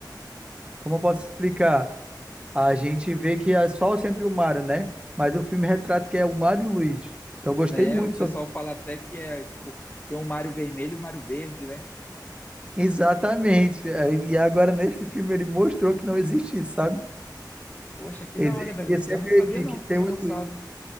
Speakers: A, on the right; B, on the left.
A: Como eu posso explicar? A gente vê que é só sempre o Mario, né? Mas o filme retrata que é o Mario e o Luigi. Então eu gostei
B: Né?
A: muito
B: O pessoal
A: sobre.
B: fala até que é, tipo, tem o Mario vermelho e o Mario verde, né?
A: <laughs> Exatamente. É, E agora nesse filme ele mostrou que não existe isso, sabe?
B: Poxa, que
A: Existe
B: da hora, velho.
A: que é sempre
B: Eu não sabia
A: que,
B: não
A: que
B: que
A: tem
B: tinha
A: o
B: lançado.
A: Luigi.